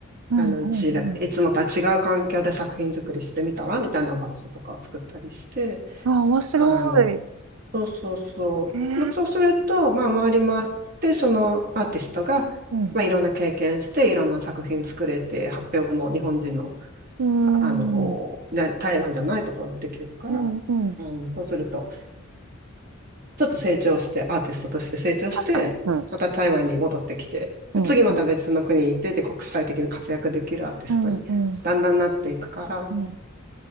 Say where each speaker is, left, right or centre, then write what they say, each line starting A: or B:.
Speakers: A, on the right (about 85°); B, on the right (about 45°).
A: うんうんうん。
B: あの、ちいつもとは違う環境で作品作りしてみたらみたいな場所とかを作ったりして、
A: あ面白い。
B: あの、そうそうそう。
A: へえ。
B: まあ、そうすると、まあ、回り回って、そのアーティストが、
A: うん。
B: まあ、いろんな経験して、いろんな作品作れて、発表も日本人の、
A: うーん。
B: あの、な台湾じゃないところでできるから、
A: うんうん。
B: うん、そうすると、ちょっと成長して、アーティストとして成長して、
A: 確かに。うん。
B: また台湾に戻ってきて、
A: うんうん。
B: で次また別の国に行って、で、国際的に活躍できるアーティストに、
A: うんうん。
B: だんだんなっていくから、
A: うん。